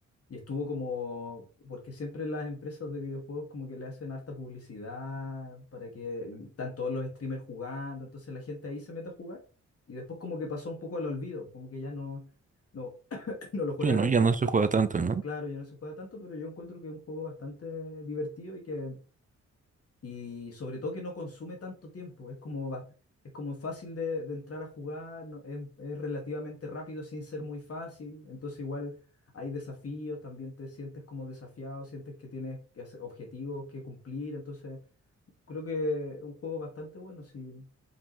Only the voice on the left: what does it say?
y estuvo como, porque siempre las empresas de videojuegos como que le hacen harta publicidad para que están todos los streamers jugando, entonces la gente ahí se mete a jugar y después como que pasó un poco al olvido, como que ya no, no, <clears throat> no lo juega
tanta
gente,
claro, ya no se juega tanto, pero yo encuentro que es un juego bastante divertido y que y sobre todo que no consume tanto tiempo, es como, ba- es como fácil de, de entrar a jugar, no- es, es relativamente rápido sin ser muy fácil, entonces igual hay desafíos, también te sientes como desafiado, sientes que tienes que hacer objetivos que cumplir, entonces creo que es un juego bastante bueno, si,